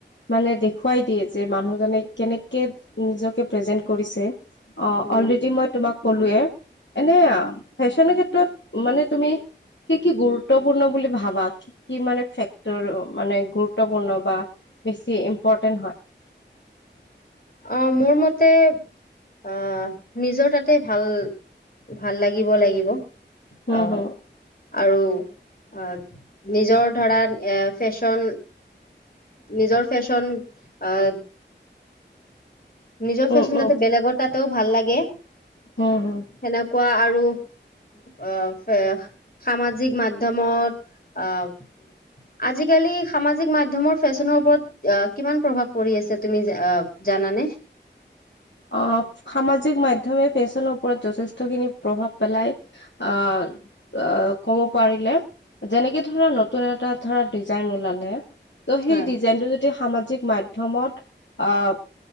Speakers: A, on the left (about 75°); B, on the left (about 50°).
A: মানে দেখুৱাই দিয়ে যে মানুহজনে কেনেকে নিজকে প্ৰেজেন্ট কৰিছে। অ',
B: উম
A: অলৰেডি মই তোমাক ক'লোয়ে। এনে ফেশ্বনৰ ক্ষেত্ৰত মানে তুমি কি কি গুৰুত্বপূৰ্ণ বুলি ভাবা? কি কি মানে ফেক্টৰ মানে গুৰুত্বপূৰ্ণ বা বেছি ইম্পৰ্টেন্ট হয়?
B: অহ, মোৰ মতে অহ, নিজৰ তাতে ভাল ভাল লাগিব লাগিব।
A: উম,
B: অহ।
A: হম,
B: আৰু অ', নিজৰ ধৰা এ ফেশ্বন নিজৰ ফেশ্বন অহ নিজৰ
A: উম,
B: ফেশ্বন
A: উম,
B: যাতে বেলেগৰ তাতেও ভাল লাগে।
A: হম হম।
B: সেনেকুৱা আৰু। অহ ফে সামাজিক মাধ্যমত অহ আজিকালি সামাজিক মাধ্যমৰ ফেশ্বনৰ ওপৰত কিমান প্ৰভাৱ পৰি আছে? তুমি জা জানানে?
A: অহ, সামাজিক মাধ্যমে ফেশ্বনৰ ওপৰত যথেষ্টখিনি প্ৰভাৱ পেলায়। অ'। অ', ক'ব পাৰিলে যেনেকে ধৰা নতুন এটা ধৰা ডিজাইন ওলালে তো সেই
B: হয়
A: ডিজাইনটো যদি সামাজিক মাধ্যমত অহ,